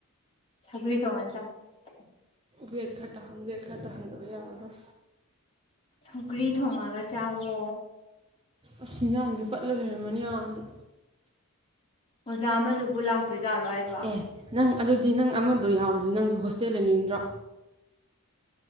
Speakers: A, on the left (about 30°); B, on the right (about 25°).
A: ꯁꯧꯒꯔꯤ ꯊꯣꯡꯉ ꯆꯥꯎ
B: ꯋꯦꯠꯈꯥ ꯇꯥꯍꯟꯒꯦ ꯋꯦꯠ ꯈꯔ ꯇꯥꯍꯟꯗꯕ ꯌꯥꯔꯔꯣꯏ
A: ꯁꯧꯒ꯭ꯔꯤ ꯊꯣꯡꯉꯒ ꯆꯥꯋꯣ
B: ꯑꯁ ꯏꯟꯖꯥꯡꯁꯦ ꯄꯠꯂ ꯂꯩꯔꯝꯃꯅꯤ ꯑꯗ
A: ꯑꯣꯖꯥ ꯑꯃꯗꯨꯕꯨ ꯂꯥꯛ ꯇꯣꯏꯖꯥꯜꯂꯣ ꯍꯥꯏꯕ
B: ꯑꯦ ꯅꯪ ꯑꯗꯨꯗꯤ ꯅꯪ ꯑꯃꯗꯣ ꯌꯥꯎꯔꯗꯤ ꯅꯪ ꯍꯣꯁꯇꯦꯜ ꯂꯩꯅꯤꯡꯗ꯭ꯔꯣ